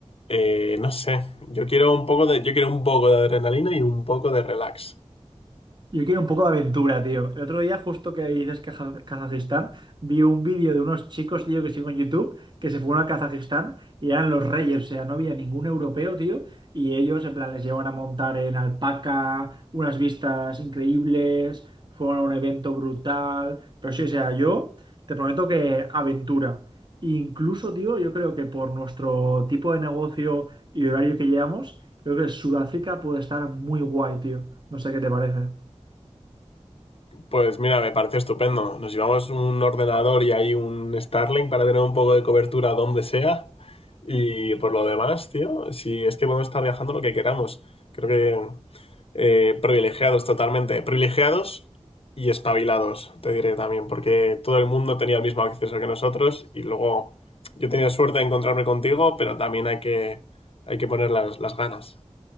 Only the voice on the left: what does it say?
Eh, no sé, yo quiero un poco de, yo quiero un poco de adrenalina y un poco de relax.
Pues mira, me parece estupendo. Nos llevamos un ordenador y ahí un Starlink para tener un poco de cobertura donde sea. Y por lo demás, tío, si es que podemos estar viajando lo que queramos. Creo que eh, privilegiados totalmente. Privilegiados y espabilados, te diré también, porque todo el mundo tenía el mismo acceso que nosotros y luego yo he tenido suerte de encontrarme contigo, pero también hay que, hay que poner las, las ganas.